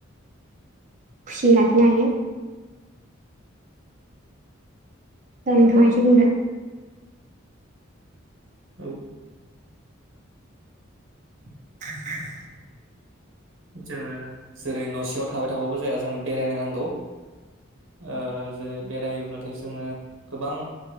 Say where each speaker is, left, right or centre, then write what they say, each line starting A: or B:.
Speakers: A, on the right (about 35°); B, on the right (about 65°).
A: खुसि लाखिनो हायो दा नोंथाङा एसे बुंदो
B: औ
A: <inaudible>
B: जोङो जेरै न' सिङाव थाबाय थाबाबो जाया जों बेरायनो नांगौ ओ जेरै बेरायोब्लाथाय जोङो गोबां